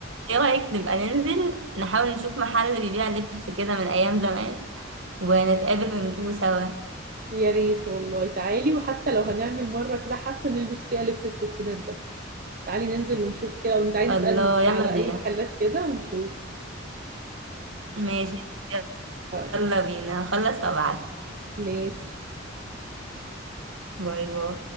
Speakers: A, on the right; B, on the right.
A: ايه رأيك نبقى ننزل نحاول نشوف محل بيبيع لبس كده من ايام زمان ونتقابل ونجيبه سوا
B: يا ريت والله تعالي وحتى لو هنعمل مرة كده حفلة نلبس فيها لبس الستينات ده تعالي ننزل ونشوف كده وتعالي
A: الله
B: نسأل
A: يلا
B: على
A: بينا
B: أي محلات كده ونشوف
A: ماشي
B: ف-
A: يلا بينا هخلص وابعت
B: ماشي
A: باي باي